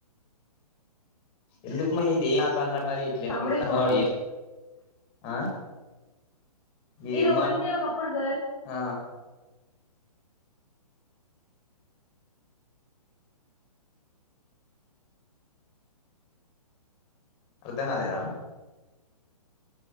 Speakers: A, on the left; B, on the left.
A: ఎందుకు మే ఇది ఆ సార్ నెంబర్ ఇట్లా
B: తమ్ముడికి
A: ఇరికిత్తన్నవ్
B: ఫోన్ చేసి
A: <unintelligible> ఆ
B: ఇది
A: ఏం మా
B: వొన్లి ఒకప్పుడు గర్ల్స్
A: ఆ అర్ధం కాలేదా